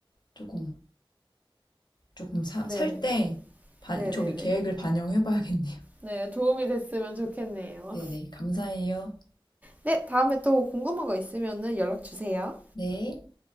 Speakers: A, on the left; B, on the right.
A: 조금, 조금 사-
B: 네.
A: 살 때, 반,
B: 네네네.
A: 저기 계획을 반영해 봐야겠네요. <laughs>
B: 네, 도움이 됐으면 좋겠네요.
A: 네네, 감사해요.
B: 네, 다음에 또 궁금한 거 있으면은 연락 주세요.
A: 네.